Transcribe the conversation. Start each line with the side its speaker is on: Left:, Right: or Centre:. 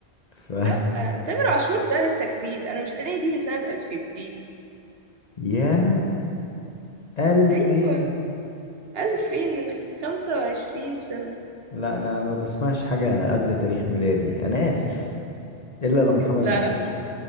Left: ف <laughs>
Right: لأ تامر عاشور ده لسه جديد أنا مش أنا دي من سنة 2000
Left: يا 2000
Right: أيوة 2000 من 25 سنة
Left: لا انا ما بسمعش حاجه قبل تاريخ ميلادي انا اسف الا لو محمد
Right: لا
Left: منير
Right: لا